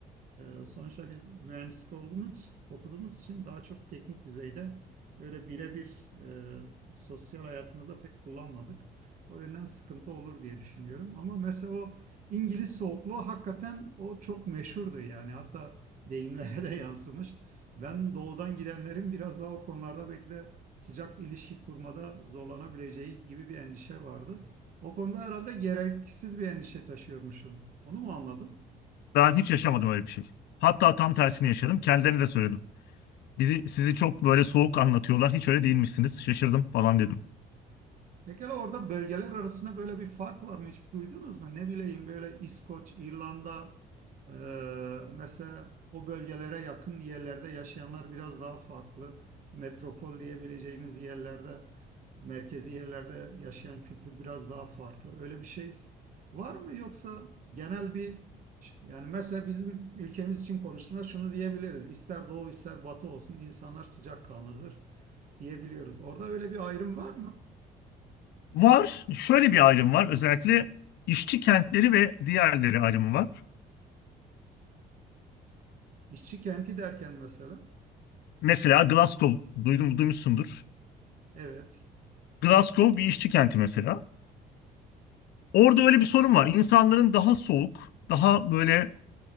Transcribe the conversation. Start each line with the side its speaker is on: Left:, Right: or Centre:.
Right: Ee, sonuçta biz mühendislik olduğumuz, okuduğumuz için daha çok teknik düzeyde öyle birebir e, sosyal hayatımızda pek kullanmadık. O yönden sıkıntı olur diye düşünüyorum. Ama mesela o İngiliz soğukluğu hakikaten o çok meşhurdu yani. Hatta deyimlere de <laughs> yansımış. Ben doğudan gidenlerin biraz daha o konularda belki de sıcak ilişki kurmada zorlanabileceği gibi bir endişe vardı. O konuda herhalde gereksiz bir endişe taşıyormuşum. Onu mu anladım?
Left: Ben hiç yaşamadım öyle bir şey. Hatta tam tersini yaşadım. Kendilerine de söyledim. Bizi, sizi çok böyle soğuk anlatıyorlar. Hiç öyle değilmişsiniz. Şaşırdım falan dedim.
Right: Pekala orada bölgeler arasında böyle bir fark var mı? Hiç duydunuz mu? Ne bileyim böyle İskoç, İrlanda e, mesela o bölgelere yakın yerlerde yaşayanlar biraz daha farklı. Metropol diyebileceğimiz yerlerde, merkezi yerlerde yaşayan kültür biraz daha farklı. Öyle bir şey var mı? Yoksa genel bir yani mesela bizim ülkemiz için konuştuğumda şunu diyebiliriz. İster doğu ister batı olsun insanlar sıcakkanlıdır diyebiliyoruz. Orada öyle bir ayrım var mı?
Left: Var. Şöyle bir ayrım var. Özellikle işçi kentleri ve diğerleri ayrımı var.
Right: İşçi kenti derken mesela,
Left: Mesela Glasgow. Duydum, duymuşsundur.
Right: evet.
Left: Glasgow bir işçi kenti mesela. Orada öyle bir sorun var. İnsanların daha soğuk, daha böyle